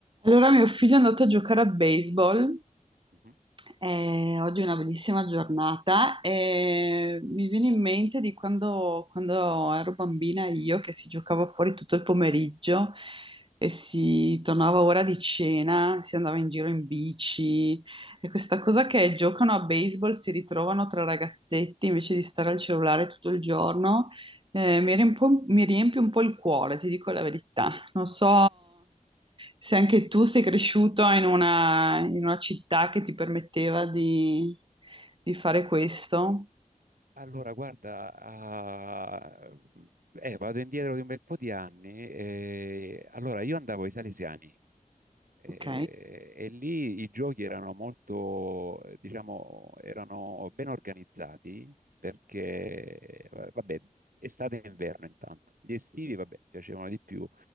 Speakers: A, on the right; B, on the right.
A: Allora, mio figlio è andato a giocare a baseball,
B: Mhm.
A: eh, oggi è una bellissima giornata e mi viene in mente di quando, quando ero bambina io che si giocava fuori tutto il pomeriggio e si tornava ora di cena, si andava in giro in bici e questa cosa che giocano a baseball si ritrovano tra ragazzetti invece di stare al cellulare tutto il giorno, eh, mi riempie un po' mi riempie un po' il cuore, ti dico la verità. Non so se anche tu sei cresciuto in una, in una città che ti permetteva di, di fare questo.
B: Allora, guarda, ah, eh, vado indietro di un bel po' di anni. eh, allora, io andavo ai Salesiani eh,
A: Ok.
B: e lì i giochi erano molto, eh, diciamo, erano ben organizzati perché, eh, vabbè, estate e inverno intanto. Gli estivi, vabbè, mi piacevano di più.